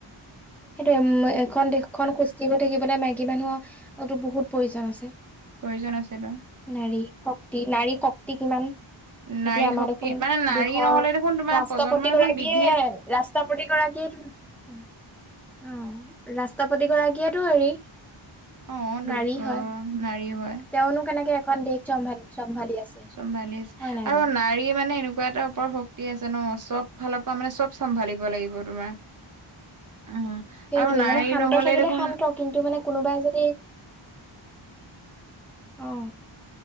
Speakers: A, in the centre; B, on the right.
A: সেইটোৱে উম এখন দেশখন খোজ দিব থাকিবলে মাইকী মানুহৰো বহুত প্ৰয়োজন আছে
B: প্ৰয়োজন আছে তো
A: নাৰী শক্তি, নাৰী শক্তি কিমান?
B: নাৰী
A: এতিয়া আমাৰ
B: শক্তি
A: দেখোন,
B: মানে নাৰী
A: দেশৰ
B: নহলে দেখোন তোমাৰ
A: ৰাষ্ট্ৰপতি
B: প্ৰজন্ম দেখোন
A: গৰাকীয়ে
B: বৃদ্ধিয়ে
A: ৰাষ্ট্ৰপতিগৰাকী। গৰাকীয়েটো উম'। অহ, ৰাষ্ট্ৰীপতি গৰাকীয়েটো হেৰি
B: অ দুৰ
A: নাৰী
B: অ
A: হয়।
B: নাৰী হয়
A: তেওঁনো কেনেকে এখন দেশ চম্ভালি চম্ভালি আছে
B: চম্ভালি আছে,
A: হয় নাই
B: আৰু
A: বাৰু
B: নাৰী মানে এনেকুৱা এটা ওপৰ শক্তি আছে। জানো চব ফালৰ পৰা মানে চব চম্ভালিব লাগিব তোমাৰ। উম'
A: সেইটোয়ে
B: আৰু নাই
A: মানে শান্ত
B: নহ'লে
A: থাকিলে
B: দেখোন
A: শান্ত কিন্তু মানে কোনোবাই যদি অ